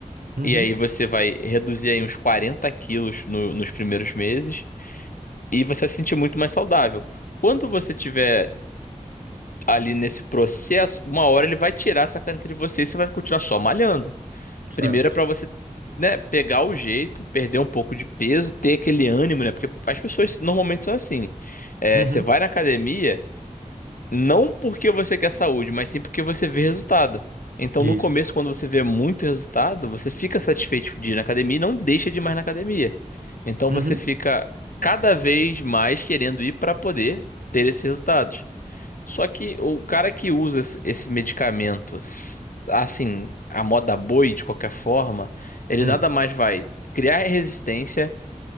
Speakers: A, on the right; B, on the left.
A: Uhum.
B: E aí você vai reduzir aí uns 40 quilos no- nos primeiros meses. E você vai se sentir muito mais saudável. Quando você tiver ali nesse processo, uma hora ele vai tirar essa caneta de você e você vai continuar só malhando. Primeiro
A: Certo.
B: é pra você, né, pegar o jeito, perder um pouco de peso, ter aquele ânimo, né? Porque as pessoas normalmente são assim. É,
A: Uhum.
B: você vai na academia. Não porque você quer saúde, mas sim porque você vê resultado. Então,
A: Isso.
B: no começo, quando você vê muito resultado, você fica satisfeito de ir na academia e não deixa de ir mais na academia. Então,
A: Uhum.
B: você fica cada vez mais querendo ir para poder ter esses resultados. Só que o cara que usa esse esse medicamento, s- assim, a moda boi, de qualquer forma, ele
A: Hum.
B: nada mais vai criar resistência,